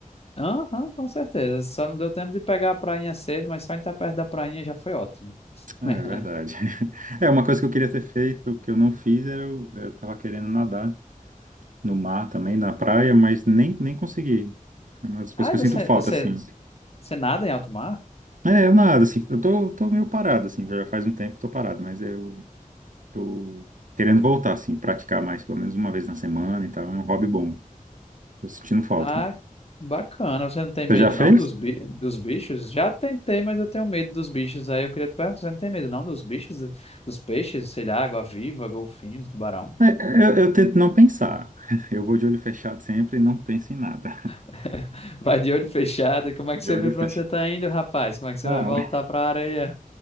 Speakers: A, on the left; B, on the right.
A: aham, com certeza. Só não deu tempo de pegar a prainha cedo, mas só em estar perto da prainha já foi ótimo.
B: É
A: <laughs>
B: verdade. <laughs> É, uma coisa que eu queria ter feito, que eu não fiz, era eu, eu tava querendo nadar no mar também, na praia, mas nem, nem consegui. É uma das coisas
A: Ah,
B: que
A: e
B: eu
A: você,
B: sinto falta,
A: você,
B: assim.
A: você nada em alto mar?
B: É, eu nada, assim, eu tô, tô meio parado, assim, já faz um tempo que tô parado, mas eu tô querendo voltar, assim, praticar mais, pelo menos uma vez na semana e tal, é um hobby bom, tô sentindo falta.
A: Ah, bacana. Você não tem medo
B: Você já fez?
A: não dos, bi dos bichos? Já tentei, mas eu tenho medo dos bichos. Aí eu queria te perguntar, você não tem medo não dos bichos, dos peixes, sei lá, água-viva, golfinhos, tubarão?
B: Eu, eu tento não pensar, <laughs> eu vou de olho fechado sempre e não penso em nada. <laughs>
A: <laughs> Vai de olho fechado. Como é que
B: De
A: você
B: olho
A: vê pra
B: fechado.
A: onde você tá indo, rapaz? Como é que você
B: Não,
A: vai voltar pra areia?